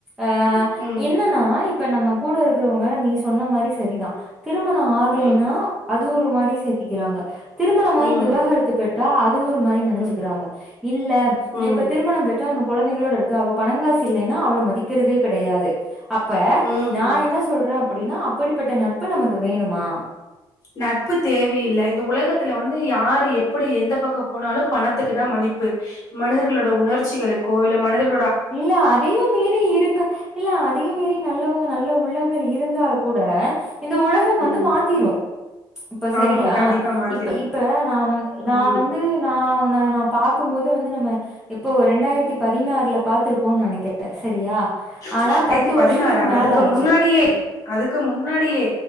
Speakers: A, in the centre; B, on the left.
A: அஹ்
B: ம் ம்
A: என்னன்னா இப்ப நம்ம கூட இருக்கறவங்க நீ சொன்ன மாரி சரிதா திருமணோ ஆகலைன்னா
B: ம்
A: அது ஒரு மாரி சேத்திக்கிறாங்க திருமணமாயி
B: ம்
A: விவாகரத்து பெற்றா அது ஒரு மாரி நெனச்சுக்குறாங்க
B: ம்
A: இல்ல
B: ம்
A: இப்ப திருமணம் பெற்றா அவனுக்கு குழந்தைங்களோட இருக்கு அவ பணங்காசு இல்லைன்னா அவள மதிக்கிறதே கிடையாது அப்ப
B: ம்
A: நா
B: ம்
A: என்ன சொல்ற அப்டின்னா அப்படிப்பட்ட நட்பு நமக்கு வேணுமா
B: நட்பு தேவையில்லை இந்த உலகத்துல வந்து யாரு எப்டி எந்த பக்க போனாலு பணத்துக்கு தா மதிப்பு மனிதர்களோட உணர்ச்சிகலுக்கோ இல்ல மனதர்
A: இல்ல அதையு மீறி இருக்கு இல்ல அதையு மீறி நல்லவங்க நல்ல உள்ளங்கள் இருந்தால் கூட இந்த உல கம் வந்து
B: ம்
A: மாத்திரு இப்ப சரியா
B: ஆமா கண்டிப்பா மாத்திரு
A: இப்ப இப்ப ந வந்து நா
B: ம்
A: வந்து ந உன நா பாக்கும் போது வந்து நம்ம எப்போ ரெண்டாயிரத்தி பதினாறுல பாத்துருப்போம்னு நெனக்கிற சரியா
B: ரெண்டாயிரத்தி
A: ஆனா பத்து வருஷத்துக்கு
B: பதினாறா
A: மேல
B: அதுக்கு
A: ஆச்சு
B: முன்னாடியே அதுக்கு முன்னாடியே